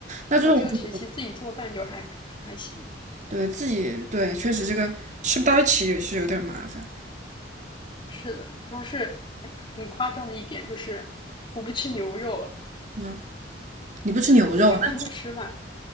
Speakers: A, on the right; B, on the left.
A: 那这种就
B: 然后这个学期自己做饭就还就还行，
A: 对自己对，确实这个吃不到一起也是有点儿麻烦。
B: 是的，主要是很很夸张的一点就是我不吃牛肉，
A: 嗯，你不吃牛肉？
B: 也也不是不吃吧，
A: 那